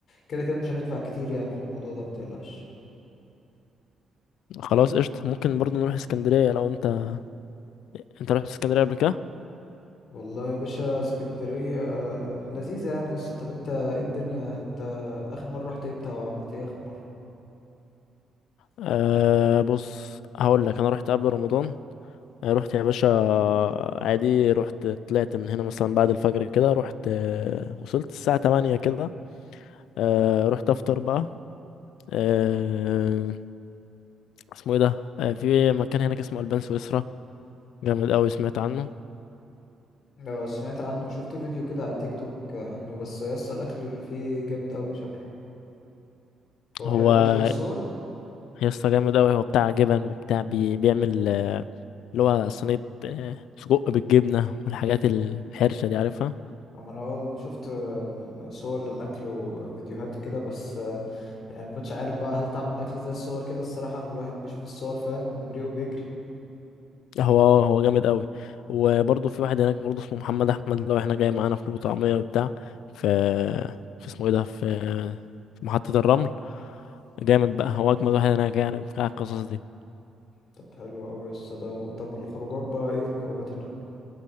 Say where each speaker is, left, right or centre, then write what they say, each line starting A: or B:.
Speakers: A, on the left; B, on the left.
A: كده كده مش هندفع كتير يعني في الموضوع ده ما تقلقش
B: خلاص قشطة ممكن برضو نروح اسكندرية لو انت انت رحت اسكندرية قبل كده
A: والله يا باشا اسكندرية لذيذة يعني يا اسطى طب انت ايه الدنيا انت اخر مرة رحت امتى وعملت ايه اخر مرة
B: أه بص هقول لك انا رحت قبل رمضان أه، رحت يا باشا عادي رحت طلعت من هنا مثلا بعد الفجر كده رحت أه، وصلت الساعة 8 كده أه رحت افطر بقى أه اسمه ايه ده أه في مكان هناك اسمه البان سويسرا جامد قوي سمعت عنه
A: لو سمعت عنه شفت فيديو كده على تيك توك عنه بس يا اسطى الاكل اللي فيه جامد قوي شكله هو
B: هو
A: حلو كده ده الصور
B: يا اسطى جامد قوي هو بتاع جبن وبتاع بي بيعمل آه، اللي هو صينية آه، سجق بالجبنة والحاجات الحرشة دي عارفها
A: اما انا والله انا شفت الصور للاكل وفيديوهات كده بس يعني ما كنتش عارف بقى هل طعم الاكل زي الصور كده الصراحة ان الواحد بيشوف الصور فاهم ريقه بيجري
B: هو اه هو جامد قوي وبرضه في واحد هناك برضه اسمه محمد احمد لو احنا جاي معانا فول وطعميه وبتاع في في اسمه ايه ده في في محطه الرمل جامد بقى هو اجمد واحد هناك يعني بتاع القصص دي
A: طب حلو قوي يا اسطى ده طب الخروجات بقى ايه الخروجات هناك